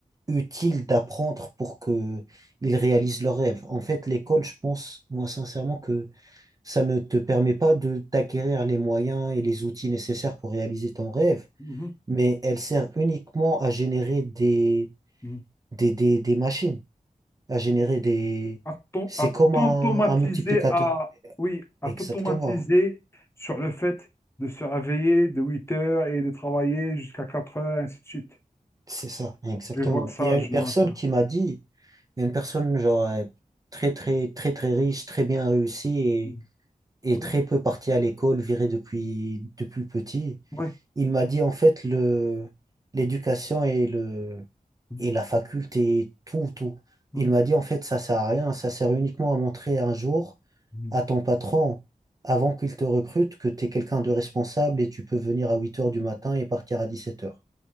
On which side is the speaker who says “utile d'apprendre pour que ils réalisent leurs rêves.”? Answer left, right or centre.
Right